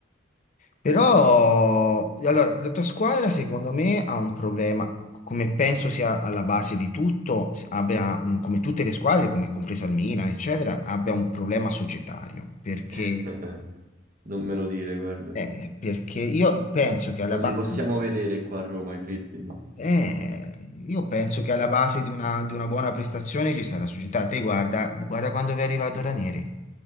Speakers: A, on the left; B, on the right.
A: Però, allora, la tua squadra secondo me ha un problema, come penso sia alla base di tutto, s- abbia, mh, come tutte le squadre, come compresa il Milan, eccetera, abbia un problema societario, perché,
B: <laughs> Non me lo dire, guarda.
A: eh, perché io penso che alla
B: Non
A: base,
B: li possiamo vedere qua a Roma, i Fritkin. no.
A: eh, io penso che alla base di una, di una buona prestazione ci sarà la società. Te guarda, guarda quando vi è arrivato Ranere.